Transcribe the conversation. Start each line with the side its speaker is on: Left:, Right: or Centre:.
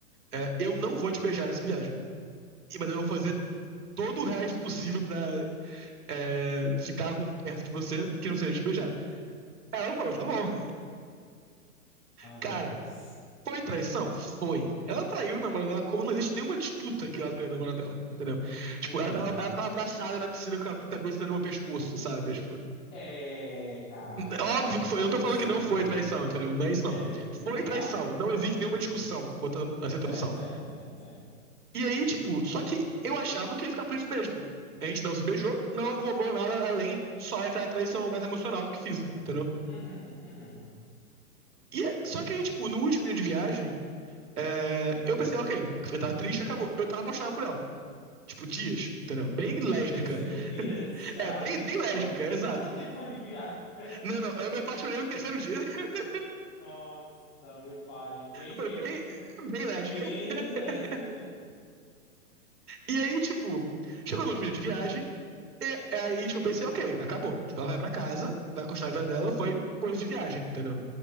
Right: é, eu não vou te beijar nessa viagem. E- Mas eu vou fazer todo o resto possível pra é, ficar com- perto de você, que não seja te beijar. Ela falou, tá bom.
Left: Ai,
Right: Cara,
Left: meu Deus.
Right: foi traição? Foi. Ela traiu o namorado dela, não existe nenhuma disputa que ela traiu o namorado dela, entendeu? Tipo,
Left: Hum,
Right: ela tava, ela tava abraçada na piscina com a cabeça no meu pescoço, sabe? É, Tipo,
Left: é, cara,
Right: é óbvio que foi,
Left: foi
Right: eu não tô falando
Left: sim.
Right: que não foi traição, entendeu? Não é isso não.
Left: É, hum,
Right: Foi traição,
Left: tá.
Right: não existe
Left: Tá bom,
Right: nenhuma
Left: entendi.
Right: discussão quanto a a essa
Left: Certo,
Right: tradução.
Left: certo, certo, certo.
Right: E aí, tipo, só que eu achava que ia ficar por isso mesmo. A gente não se beijou, não rolou nada além de só aquela traição mais emocional do que física, entendeu?
Left: Uhum, uhum.
Right: E é- só que aí, tipo, no último dia de viagem, é, eu pensei, ok, eu tava triste, acabou. Eu tava apaixonado por ela. Tipo, dias, entendeu? Bem
Left: Meu
Right: lésbica.
Left: Deus, cinco dias
Right: <laughs>
Left: já.
Right: É, bem,
Left: E
Right: bem lésbica,
Left: Quanto,
Right: exato.
Left: quanto tempo foi de viagem? <laughs>
Right: Não, não, eu me apaixonei no terceiro dia. <laughs>
Left: Nossa, meu pai. Bem
Right: Foi
Left: mesmo,
Right: bem,
Left: viu?
Right: bem
Left: Bem
Right: lésbica. <laughs>
Left: lésbicas mesmo.
Right: E aí, tipo, chegou no último dia de viagem, E é aí, tipo, eu pensei, ok, acabou. Tipo, ela vai pra casa, vai continuar a vida dela, foi coisa de viagem, entendeu?